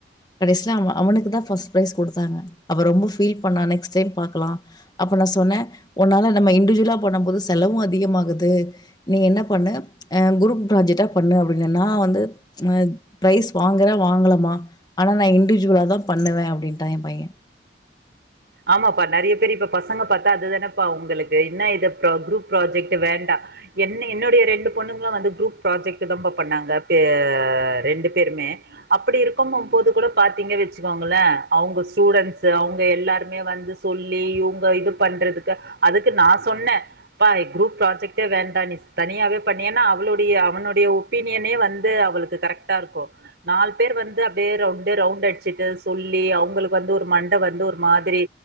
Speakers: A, on the left; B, on the right.
A: கடைஸ்லே அவ அவனுக்கு தா ஃபஸ்ட் பிரைஸ் குடுத்தாங்க அப்ப ரொம்ப ஃபீல் பண்ணா நெக்ஸ்ட் டைம் பாக்கலா அப்ப நா சொன்னே உன்னால நம்ம இண்டிவிஜுவலா பண்ணும்போது செலவு அதிகமாகுது நீ என்ன பண்ணு அ குருப் ப்ராஜெக்டா பண்ணு அப்டின்னே நா வந்து அத் ப்ரைஸ் வாங்குற வாங்கலம்மா ஆனா நா இன்டிவிஜுவலா தா பண்ணுவே அப்டின்டா எ பையே
B: ஆமாப்பா நெறைய பேர் இப்ப பசங்க பாத்தா அதுதானேப்பா உங்களுக்கு என்ன இதப்புறோ குரூப் ப்ராஜெக்ட் வேண்டா என் என்னுடைய ரெண்டு பொண்ணுங்களு வந்து குரூப் ப்ராஜெக்ட் தா பண்ணாங்க பே ரெண்டு பேருமே அப்படி இருக்குமோம்போது கூட பாத்தீங் வச்சுக்கோங்ளே அவுங்க ஸ்டூடென்ஸு அவுங்க எல்லாருக்கு இவே வந்து சொல்லி இவுங்க இது பண்றதுக்கு அதுக்கு நா சொன்னே பா குரூப் ப்ராஜெக்ட்டே வேண்டா நீ தனியாவே பண்ணு ஏன்னா அவளுடைய அவனுடைய ஒப் ஒப்பீனியனே வந்து அவளுக்கு கரெக்டா இருக்கு நால் பேர் வந்து அப்டியே ரவுண்டு ரவுண்ட் அடிச்சுட்டு சொல்லி அவுங்களுக்கு வந்து ஒரு மண்ட வந்து ஒரு மாதி சரி